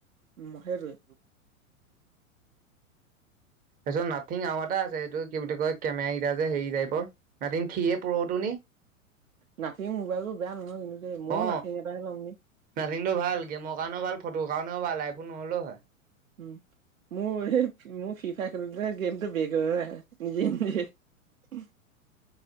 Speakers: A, on the right (about 70°); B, on the right (about 20°).
A: মহে ৰুই।
B: তাৰপিছত নাথঙ আৰু এটা আছে, এইটো কি বুলি কয় কেমেৰা কেইটা যে হেৰি টাইপ, নাথিং থিয়ে পৰ টো নি?
A: নাথিং মোবাইলটো বেয়া নহয় কিন্তু, ময়ো
B: অ
A: নাথিং এটাহে ল'ম ন।
B: নাথিংটো ভাল গেমৰ কাৰণেও ভাল, ফটো কাৰণেও ভাল, আইফোন নহ'লেও হয়।
A: উম, মোৰ এই মোৰ ফিফা গেমটো বেক হৈ আহে, নিজে-নিজে। উম,